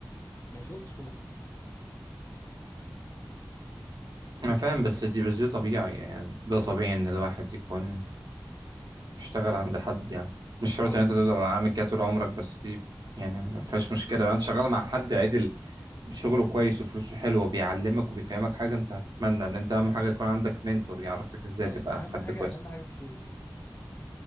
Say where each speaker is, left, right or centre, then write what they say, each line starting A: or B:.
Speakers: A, on the left; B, on the right.
A: ما الفلوس مش كل حاجة الفلوس
B: انا فاهم
A: مش كل
B: بس
A: حاجة
B: دي بس دي طبيعي يعني ده طبيعي ان الواحد يكون اشتغل عند حد يعني مش شرط
A: أو
B: ان انت تفضل عامل كده طول عمرك بس دي يعني ما فيهاش مشكله لو انت شغال مع حد عدل شغله كويس وفلوسه حلوه بيعلمك وبيفهمك حاجه انت هتتمنى ان انت اهم حاجه يكون عندك منتور يعرفك ازاي
A: طيب
B: تبقى
A: أهم
B: حد
A: حاجة
B: كويس
A: أهم حاجة في الشغل إيه؟